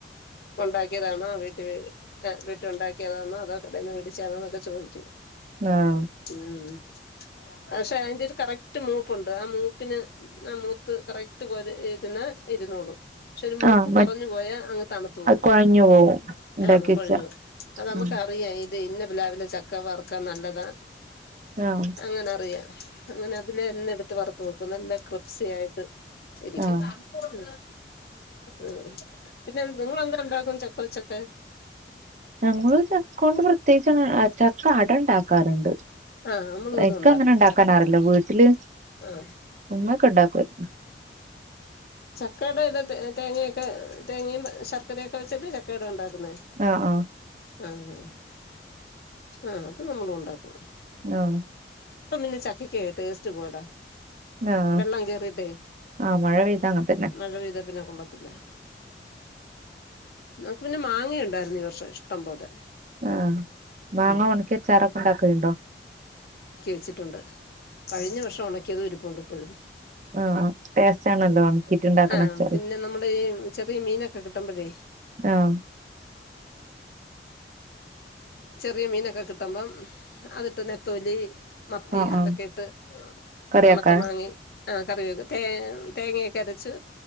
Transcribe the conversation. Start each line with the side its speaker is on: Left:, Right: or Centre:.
Left: ഒണ്ടാക്കിയതാണോ വീട്ടീ വേടി ആഹ് വീട്ടീയൊണ്ടാക്കിയതാന്നോ അതോ കടേന്ന് വേടിച്ചെയാന്നോന്നൊക്കെ ചോയിക്കും.
Right: ആഹ്
Left: ഉം പക്ഷെ അയിന്റൊരു കറക്റ്റ് മൂപ്പുണ്ട് ആ മൂപ്പിന് ആഹ് മൂത്ത് കറക്റ്റ് കോര് ഇരുന്ന ഇരുന്നോളും പക്ഷെ ഒരു മൂപ്പ്
Right: ആഹ് മ
Left: കൊറഞ്ഞു പോയാ അങ്ങ് തണുത്തുപോവും
Right: അത് കൊഴഞ്ഞു പോവും ഇണ്ടാക്കി
Left: ആഹ്
Right: വെച്ചാ
Left: കൊഴഞ്ഞ് അത് നമുക്കറിയാം
Right: ഉം
Left: ഇത് ഇന്ന പ്ലാവിലെ ചക്ക വറക്കാൻ നല്ലതാ
Right: ആഹ്
Left: അങ്ങനെ അറിയ അങ്ങനെ അതിലെന്നെ എടുത്ത് വറത്ത് വെക്കും നല്ല ക്രിപ്സിയായിട്ട് ഇരിക്കും
Right: ആഹ്
Left: ഉം ഉം പിന്നെ നിങ്ങളെന്തൊണ്ടാക്കും ചക്ക വെച്ചൊക്കെ
Right: ഞങ്ങള് ചക്കകൊണ്ട് പ്രത്യേകിച്ചങ്ങനെ ചക്ക അട ഇണ്ടാക്കാറുണ്ട്
Left: ആഹ് നമ്മളും ഇത്
Right: എക്കങ്ങനെ
Left: ഉണ്ടാക്കും
Right: ഉണ്ടാക്കാനറില്ല
Left: ചക്കയുടെ
Right: വീട്ടില്
Left: ആഹ്
Right: ഉമ്മക്കെ ഉണ്ടാക്കാരുന്നു
Left: ചക്കേട ഇത തേങ്ങേക്കെ തേങ്ങയും ശർക്കരയൊക്കെ വെച്ചിട്ട് ചക്കേട ഉണ്ടാക്കുന്നേ
Right: ആഹ് ആഹ്
Left: ആഹ് ആഹ് അത് നമ്മളു ഉണ്ടാക്കും
Right: ആഹ്
Left: ഇപ്പൊപിന്നെ ചക്കക്ക് ടേസ്റ്റ് പോയെട
Right: ആഹ്
Left: വെള്ളം കേറീട്ടെ
Right: ആഹ് മഴ പെയ്താ അങ്ങനെ തന്നെ
Left: മഴപെയ്തെപിന്നെ കൊള്ളത്തില്ല നമുക്ക് പിന്നെ മാങ്ങയുണ്ടായിരുന്നു ഈ വർഷം ഇഷ്ടം പോലെ
Right: ആഹ് മാങ്ങ
Left: ഉം
Right: ഒണക്കി അച്ചാറൊക്കെ ഉണ്ടാക്കലിണ്ടോ
Left: ച്ചിട്ടൊണ്ട് കഴിഞ്ഞ വർഷം ഒണക്കിയതും ഇരുപ്പൊണ്ട് ഇപ്പഴും
Right: ആഹ് ടേസ്റ്റ് ആണല്ലോ ഒണക്കിട്ട് ഉണ്ടാക്കണ
Left: ആഹ്
Right: അച്ചാറ്
Left: പിന്നെ നമ്മടെ ഈ ചെറിയ മീനൊക്കെ കിട്ടുമ്പഴേ
Right: ആഹ്
Left: ചെറിയ മീനൊക്കെ കിട്ടമ്പം അതിട്ട് നെത്തോലി മത്തി
Right: ആഹ്
Left: അതൊക്കെ
Right: ആഹ്
Left: ഇട്ട്
Right: കറിയാക്കാൻ
Left: ഒണക്കമാങ്ങേം ആഹ് കറിവെക്കും തേ തേങ്ങയൊക്കെ അരച്ച്